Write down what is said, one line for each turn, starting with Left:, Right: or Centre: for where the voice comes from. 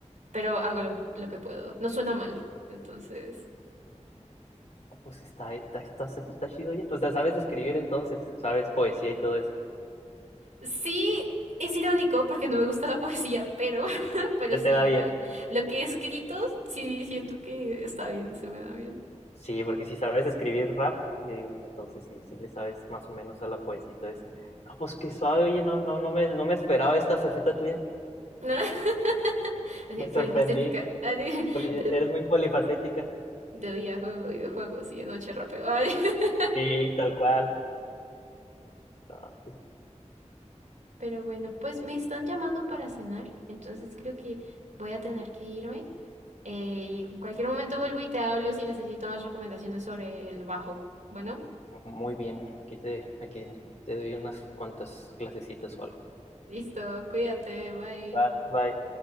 Right: pero hago lo, lo que puedo. No suena mal. Entonces,
Left: Oh, Pues está, está, está, está chido ya. O sea, sabes escribir entonces, sabes poesía y todo eso.
Right: sí, es irónico porque no me gusta la poesía, pero, <laughs> pero
Left: Se
Right: sí,
Left: te da bien.
Right: lo, lo que he escrito, sí siento que está bien, se me da bien.
Left: Sí, porque si sabes escribir rap, yo digo, pues entonces sí, sí le sabes más o menos a la poesía y todo eso. No, pues qué suave, oye, no, no, no me, no me esperaba esta faceta tuya.
Right: <laughs> Así,
Left: Me
Right: polifacética.
Left: sorprendí.
Right: <laughs>
Left: Poli- Eres muy polifacética.
Right: De día juego videojuegos y de noche rapeo. <laughs>
Left: Sí, tal cual. Ah, sí,
Right: Pero bueno, pues me están llamando para cenar, entonces creo que voy a tener que irme. Eh, y en cualquier momento vuelvo y te hablo si necesito más recomendaciones sobre el bajo. Bueno,
Left: Muy bien, aquí te, aquí te doy unas cuantas clasecitas o algo.
Right: listo, cuídate, bye.
Left: Va, Bye.